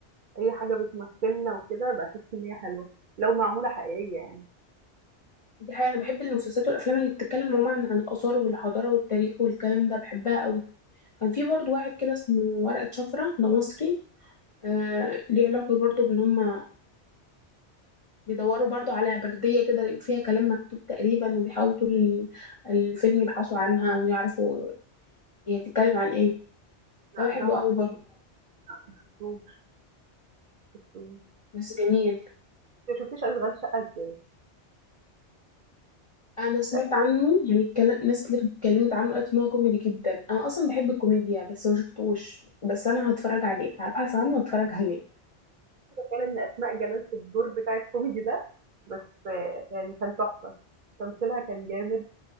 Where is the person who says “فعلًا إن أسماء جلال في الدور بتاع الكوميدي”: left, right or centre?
Right